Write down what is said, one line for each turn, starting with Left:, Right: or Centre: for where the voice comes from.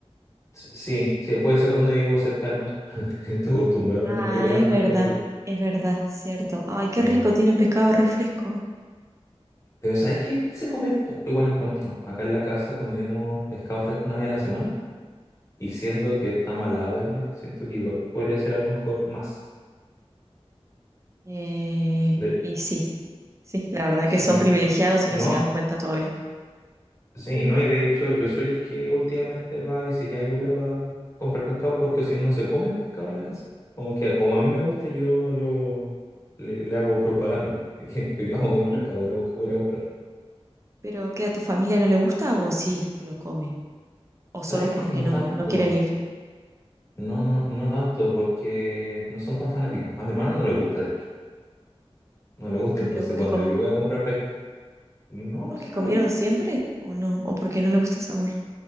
Left: s- sí, sí, puede ser donde vivo cerca del mar. <laughs> Estoy acostumbrado
Right: Ah,
Left: a, la- a ir a las
Right: es verdad,
Left: pescaderías.
Right: es verdad, cierto. Ay, qué
Left: Sí.
Right: rico, tienen pescado refresco.
Left: Pero ¿sabes qué? Se come poco, igual encuentro. Acá en la casa comeremos pescado fresco una vez a la semana. Y siendo que estamos al lado del mar, siento que igual podría ser a lo mejor más.
Right: Eh,
Left: De...
Right: y sí, sí, la verdad
Left: Sí.
Right: que son privilegiados
Left: No,
Right: y no se dan cuenta todavía.
Left: sí, no, y de hecho yo soy el que últimamente va, dice, ya yo voy a ir a comprar pescado porque si no, no se come pescado en la casa. Como que como a mí me gusta, yo lo le, le hago propaganda. De que hoy día vamos a comer
Right: Mm.
Left: pescado, voy a ir a, voy a ir a comprar.
Right: Pero ¿qué a tu familia no le gusta o sí lo come? O
Left: ¿Sabes
Right: solo porque
Left: qué? No
Right: no,
Left: tanto.
Right: no quieren ir.
Left: No, no, no tanto, porque no son tan fanáticos. A mi hermano no le gusta, de hecho. No le gusta, entonces
Right: Pero porque
Left: cuando
Right: com-
Left: yo voy a comprar pesca. No, no
Right: ¿Porque
Left: sé, no
Right: comieron
Left: le gusta.
Right: siempre o no? ¿O porque no le gusta el sabor?